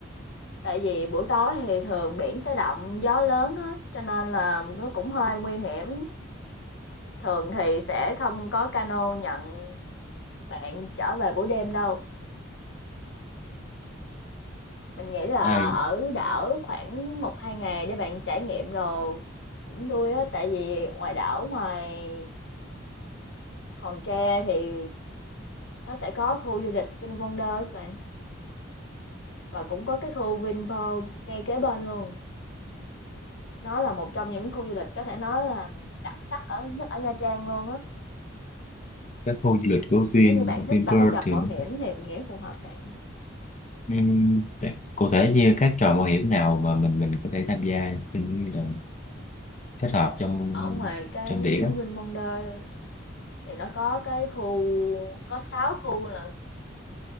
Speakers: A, on the left; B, on the left.
A: tại vì buổi tối thì thường biển sẽ động, gió lớn á, cho nên là nó cũng hơi nguy hiểm. Thường thì sẽ không có cano nhận Bạn trở về buổi đêm đâu, mình nghĩ là
B: Ai,
A: ở đảo khoảng một hai ngày để bạn trải nghiệm đồ cũng vui á, tại vì ngoài đảo ngoài Hòn Tre thì nó sẽ có khu du lịch VinWonders bạn và cũng có cái khu Vinpearl ngay kế bên luôn. Nó là một trong những khu du lịch có thể nói là đặc sắc ở nhất ở Nha Trang luôn á.
B: các khu du lịch của Vin
A: Nếu như bạn thích
B: Vinpearl
A: ba cái trò
B: thì
A: mạo
B: nó
A: hiểm thì mình nghĩ phù hợp bạn.
B: Ừm, thế cụ thể như các trò mạo hiểm nào mà mình mình có thể tham gia Tôi nghĩ là kết hợp trong
A: Ở ngoài cái
B: trong biển á
A: VinWonders thì nó có cái khu có 6 khu là